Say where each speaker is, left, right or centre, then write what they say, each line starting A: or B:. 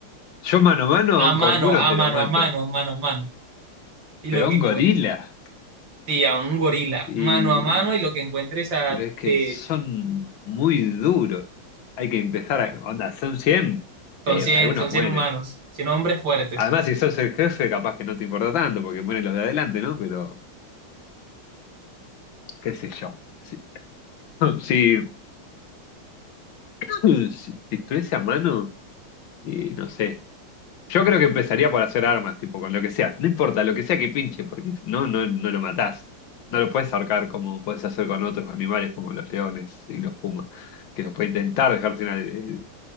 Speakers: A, on the left (about 65°); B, on the right (about 60°).
A: Yo mano a mano a
B: A
A: un
B: mano,
A: canguro
B: a
A: te
B: mano,
A: lo mato.
B: a mano, a mano, a mano. Y
A: Pero
B: lo que
A: a un
B: encuentres,
A: gorila.
B: sí, a un gorila,
A: Y,
B: mano a mano, y lo que encuentres a,
A: pero es que
B: eh,
A: son muy duros. Hay que empezar a... Onda, son cien
B: son
A: Eh,
B: 100
A: algunos
B: son cien
A: mueren.
B: humanos, 100 hombres fuertes.
A: Además, si sos el jefe, capaz que no te importa tanto, porque mueren los de adelante, ¿no? Pero, qué sé yo. Si, <laughs> si, si si estuviese a mano, y no sé. Yo creo que empezaría por hacer armas, tipo, con lo que sea. No importa, lo que sea que pinche, porque si no, no, no lo matás. No lo puedes ahorcar como puedes hacer con otros animales, como los leones y los pumas, que los puede intentar dejar sin eh,